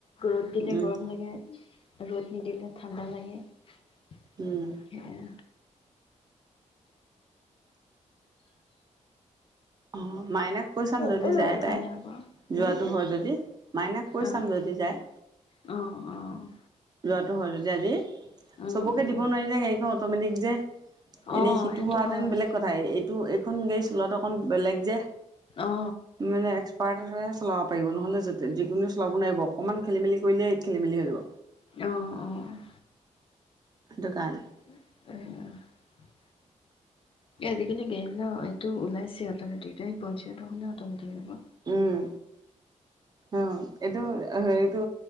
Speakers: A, on the left; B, on the right.
A: ৰ'দ দিলে
B: উম
A: গৰম লাগে ৰ'দ নিদিলে ঠাণ্ডা লাগে, সেয়া,
B: উম অ' মাইনাক কৈ চাম যদি
A: সেইটো
B: যায় তাই
A: কাৰণে আকৌ হুম
B: যোৱাটো হয় যদি মাইনাক কৈ
A: অ
B: চাম যদি যায়
A: অ' অ'
B: যোৱাটো হয় যদি আজি,
A: উম
B: চবকে
A: উম
B: দিব নোৱাৰিদে গাড়ীখনত, <unintelligible>
A: অ
B: এনেই সিটো
A: সেইটো
B: হোৱাহেতেন
A: হয়
B: বেলেগ কথাই তো এইখন লিষ্ট লোৱাটো অকণ বেলেগ যে।
A: অ
B: মানে এক্সপাৰ্ট ৰেষ্ট। চলাব পাৰিব নহ'লে যতে যিকোনোয়ে চলাব নোৱাৰিব অকমান খেলিমেলি কৰিলে খেলিমেলি হৈ যাব।
A: অ' অ' অ'।
B: দোকান।
A: <unintelligible> এ দিকেনে গেল। ল এইটো ওলাইছে <unintelligible>
B: উম অ' এইটো হ'লে। হেৰিটো